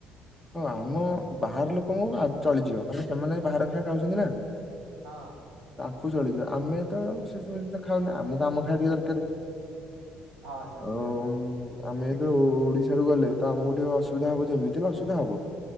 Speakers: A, in the centre; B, on the right.
A: ହଁ ଆମ ବାହାର ଲୋକଙ୍କୁ ଆ ଚଳିଯିବ କାରଣ ସେମାନେ ବାହାର ଖାଇବା ଖାଉଚନ୍ତି ନା।
B: ହଁ।
A: ତାଙ୍କୁ ଚଳିଯିବ ଆମେ ତ ସେସବୁ ଜିନିଷ ଖାଉନେ ଆମକୁ ଆମ ଖାଇଆ ଟିକେ ଦରକାର।
B: ହଁ ସେଇ
A: ଆଉ
B: କଥା
A: ଆମେ ଏଥିରୁ ଓଡିଶାରୁ ଗଲେ ତ ଆମକୁ ଟିକେ ଅସୁବିଧା ହବ ଯେମିତି ହେଲେ ଅ ସୁବିଧା ହବ।